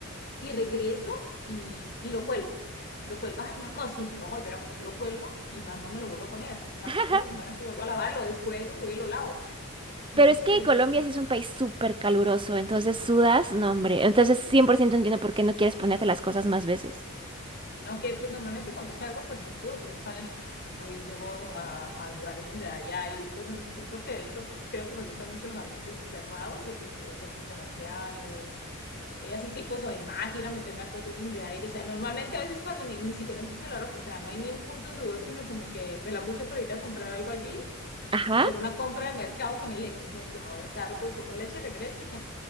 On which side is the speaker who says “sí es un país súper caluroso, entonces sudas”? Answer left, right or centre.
Right